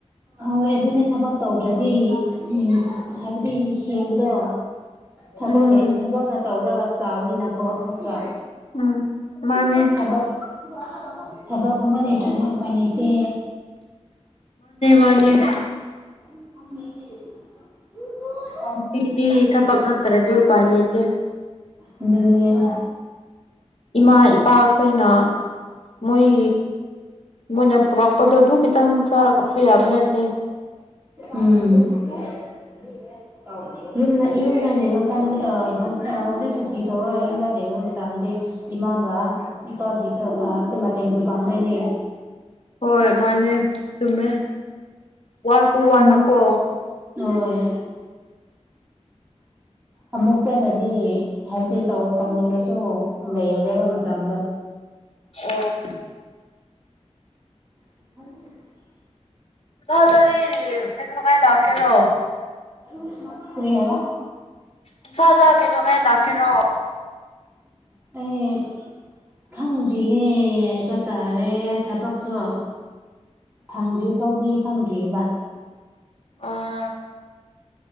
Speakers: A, on the right; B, on the left.
A: ꯍꯣꯏ ꯑꯗꯨꯅꯦ ꯊꯕꯛ ꯇꯧꯗ꯭ꯔꯗꯤ ꯎꯝ ꯍꯥꯏꯕꯗꯤ ꯍꯤꯡꯕꯗꯣ ꯊꯕꯛ
B: ꯎꯝ
A: ꯂꯩ ꯊꯕꯛꯅ ꯇꯧꯔꯒ ꯆꯥꯕꯅꯤꯅ ꯀꯣ ꯅꯠꯇ꯭ꯔ
B: ꯎꯝ ꯃꯥꯅꯦ
A: ꯊꯕꯛ <unintelligible> ꯊꯕꯛꯒꯨꯝꯕ ꯂꯩꯇ꯭ꯔꯗꯤ ꯎꯄꯥꯏ ꯂꯩꯇꯦ
B: ꯃꯥꯟꯅꯦ
A: <unintelligible>
B: ꯅꯨꯄꯤꯗꯤ ꯊꯕꯛ ꯅꯠꯇ꯭ꯔꯗꯤ ꯎꯄꯥꯏ ꯂꯩꯥꯇꯦ
A: ꯑꯗꯨꯅꯦ <unintelligible>
B: ꯏꯃꯥ ꯏꯄꯥ ꯈꯣꯏꯅ ꯃꯣꯏ ꯃꯣꯏꯅ ꯄꯨꯔꯛꯄꯗꯣ ꯑꯗꯨ ꯈꯤꯇꯪ ꯆꯥꯔꯒꯁꯨ ꯌꯥꯕ ꯅꯠꯇꯦ
A: ꯎꯝ <unintelligible> ꯌꯨꯝꯗ ꯌꯨꯝꯗ ꯂꯩꯕ ꯀꯥꯟꯗ ꯑ ꯍꯧ ꯍꯧꯖꯤꯛ ꯁꯨꯇꯤ ꯇꯧꯔ ꯌꯨꯝꯗ ꯂꯩꯕ ꯃꯇꯝꯗꯤ ꯏꯃꯥꯒ ꯏꯄꯥꯒꯤ ꯊꯕꯛ ꯍꯥꯏꯕꯗꯤ ꯃꯇꯦꯡꯁꯨ ꯄꯥꯡꯗꯣꯏꯅꯤ
B: ꯍꯣꯏ ꯃꯥꯅꯦ ꯆꯨꯝꯃꯦ ꯋꯥꯁꯨ ꯋꯥꯅꯀꯣ
A: ꯑꯃꯨꯛ ꯍꯣꯏ ꯑꯃꯨꯛ ꯆꯠꯂꯗꯤ ꯍꯥꯏꯕꯗꯤ ꯇꯧ ꯇꯧꯅꯤꯡꯂꯁꯨ ꯂꯩꯔꯔꯣꯏꯕ ꯃꯇꯝꯗꯣ
B: ꯑꯣ
A: <unintelligible>
B: ꯏꯝꯐꯥꯜꯗꯗꯤ ꯀꯩꯗꯧꯉꯩ ꯂꯥꯛꯀꯦꯔꯣ
A: <unintelligible> ꯀꯔꯤ ꯍꯥꯏꯕ
B: ꯏꯝꯐꯥꯜꯗ ꯀꯩꯗꯧꯉꯩ ꯂꯥꯛꯀꯦꯔꯣ
A: <unintelligible> ꯑꯩ ꯈꯪꯗ꯭ꯔꯤꯌꯦ ꯍꯥꯏꯕ ꯇꯥꯔꯦ ꯊꯕꯛꯁꯨ ꯐꯪꯗ꯭ꯔꯤ ꯐꯥꯎꯗꯤ ꯈꯪꯗ꯭ꯔꯤꯑꯦꯕ
B: ꯑ